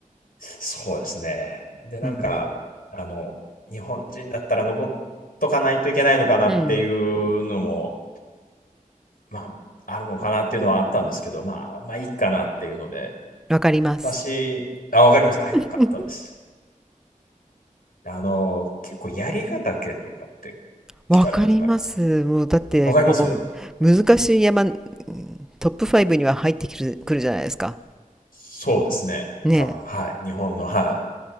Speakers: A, on the left; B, in the centre.
A: そうですね。で、なんか、
B: うん。
A: あの、日本人だったら登っとかないといけないのかなっていうのも、
B: うん。
A: まあ、あるのかなっていうのはあったんですけど、まあ、まあ、いいかなっていうので、
B: わかります。
A: 私、あ、わかりました。あ、
B: <laughs>
A: よかったです。あの、結構、槍ヶ岳とかって
B: わかります。
A: 聞かれたことありますか
B: もうだってこう難しい山うん
A: わかります
B: トップ5には入ってくる、くるじゃないですか。
A: そうですね。
B: ね
A: 多分、はい。日本の、は